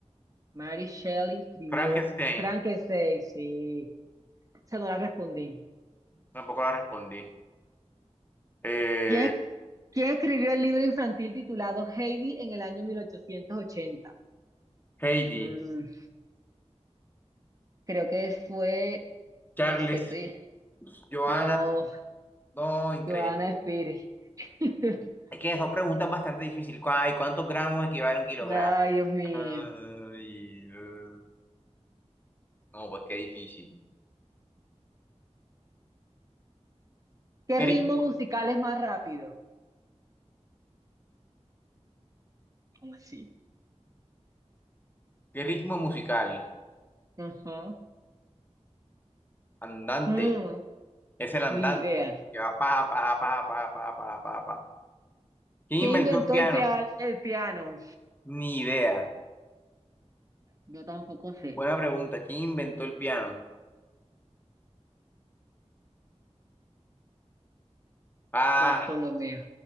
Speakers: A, on the right; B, on the left.
A: Mary Shelley escribió
B: Frankenstein.
A: Frankenstein, sí. Esa no la respondí.
B: Tampoco la respondí. Eh,
A: ¿Quién, quién escribió el libro infantil titulado Heidi en el año 1880?
B: Heidi.
A: Mm, creo que fue,
B: Charles,
A: no sé, estoy-
B: Joana,
A: no,
B: no, increíble.
A: Joana Pérez. <laughs>
B: es que son preguntas bastante difíciles. ¿Cuá- ¿Y cuántos gramos equivale a un kilogramo?
A: Ay, Dios mío.
B: Ay, eh, no, pues qué difícil.
A: ¿Qué
B: ¿Qué
A: ritmo
B: ritmo,
A: musical es más rápido? ¿Cómo así?
B: qué ritmo musical?
A: Ajá.
B: Andante,
A: Mm,
B: Es el andante.
A: ni idea.
B: que va pa, pa, pa, pa, pa, pa, pa, pa. ¿Quién
A: ¿Quién
B: inventó
A: inventó
B: el piano?
A: el, pia- el piano?
B: Ni idea.
A: Yo tampoco sé.
B: Buena pregunta. ¿Quién inventó el piano? Ah,
A: Bartolomeo.